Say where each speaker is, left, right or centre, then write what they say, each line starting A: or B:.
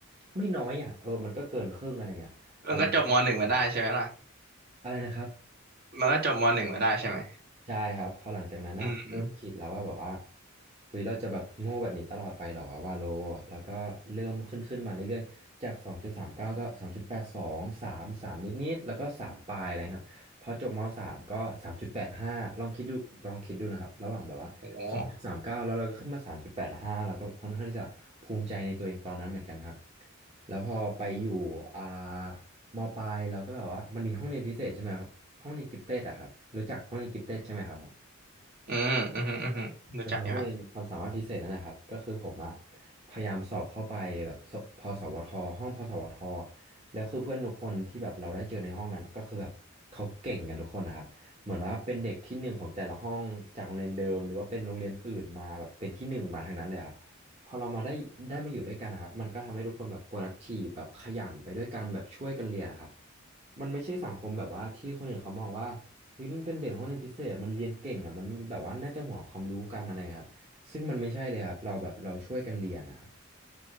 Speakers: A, on the right; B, on the right.
A: ไม่น้อยอะเออมันก็เกินครึ่งอะไรเงี้ยตอนนั้นเราก็มั่นใจ
B: มันก็จบมหนึ่งมาได้ใช่ไหมล่ะ
A: อะไรนะครับ
B: มันก็จบมหนึ่งมาได้ใช่ไหม
A: ใช่ครับพอหลังจากนั้นอะเริ่มคิดแล้วว่าแบบว่า
B: อืมอืม
A: เฮ้ยเราจะแบบโง่แบบนี้ตลอดไปเหรอวะว่าโลแล้วก็เริ่มขึ้นขึ้นมาเรื่อยๆจาก2.39กาก็สองจุดแปดสองสา8 2ามนิดๆแล้วก็3ปลายอะไรครับพอจบมสา .3 ก็3.85ลองคิดดูลองคิดดูนะครับระหว่างแบบว่าสองจุดสามเก3
B: โห
A: 9แล้วเราก็ขึ้นมา3.85แปดห้าแล้วก็ค่อนข้างที่จะภูมิใจในตัวเองตอนนั้นเหมือนกันครับแล้วพอไปอยู่อ่า มปลายเราก็แบบว่ามันมีห้องเรียนพิเศษใช่ไหมครับห้องเรียนกิฟเต็ดอะครับรู้จักห้องเรียนกิฟเต็ดใช่ไหมครับผม
B: อืมอืมอหืมออืมรู้จักอยู่ฮะ
A: ก็คือห้องเรียนความสามารถพิเศษนั่นแหละครับก็คือผมอะพยายามสอบเข้าไปแบบสพสวทห้องพสวทแล้วคือเพื่อนทุกคนที่แบบเราได้เจอในห้องนั้นก็คือแบบเขาเก่งกันทุกคนนะครับเหมือนว่าเป็นเด็กที่หนึ่งของแต่ละห้องจากโรงเรียนเดิมหรือว่าเป็นโรงเรียนอื่นมาแบบเป็นที่หนึ่งมาทางนั้นเลยครับพอเรามาได้ได้มาอยู่ด้วยกันนะครับมันก็ทำให้ทุกคนแบบ productive แบบขยันไปด้วยกันแบบช่วยกันเรียนนะครับมันไม่ใช่สังคมแบบว่าที่คนอื่นเขามองว่า เฮ้ยมันเป็นเด็กห้องเรียนพิเศษมันเรียนเก่งอ่ะมันแบบว่าน่าจะห่วงความรู้กันอะไรครับซึ่งมันไม่ใช่เลยครับเราแบบเราช่วยกันเรียนนะครับ